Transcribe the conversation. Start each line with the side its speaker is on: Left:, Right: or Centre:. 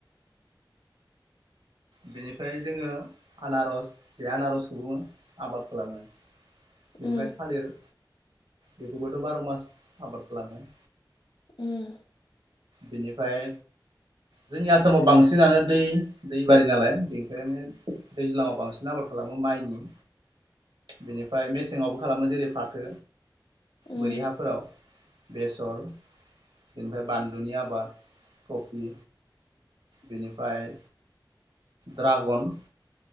Right: बिनिफ्राय जोङो आनारस बे आनारसखौङो आबाद खालामो बेनिफ्राय
Left: उम
Right: थालिर बेखौबोथ' बार' मास आबाद खालामो
Left: उम।
Right: बिनिफ्राय जोंनि आसामाव बांसिनानो दै दैबारि नालाय बेनिखायनो दैज्लाङाव बांसिन आबाद खालामो माइनि
Left: <inaudible>
Right: बेनिफ्राय मेसेंआव खालामो जेरै फाथो
Left: उम
Right: बोरि हाफोराव बेसर बेनिफ्राय बान्लु दुन्दिया आबाद कफि बेनिफ्राय द्रागन